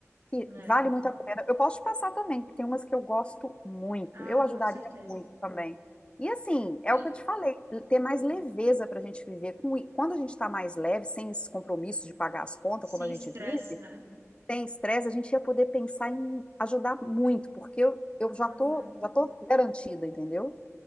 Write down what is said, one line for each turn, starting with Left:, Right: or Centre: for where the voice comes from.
Left: que
Right: É.
Left: vale muito a pena. Eu posso te passar também, que tem umas que eu gosto muito.
Right: Ah,
Left: Eu ajudaria
Right: com certeza.
Left: muito também. E assim, é
Right: E
Left: o que eu te falei,
Right: uhum.
Left: ter mais leveza para a gente viver. Com i- Quando a gente está mais leve, sem esse compromisso de pagar as contas,
Right: sem
Left: como a gente
Right: estresse,
Left: vive,
Right: né?
Left: sem estresse, a gente ia poder pensar em ajudar muito, porque eu, eu já
Right: Uhum.
Left: tô, já tô garantida, entendeu?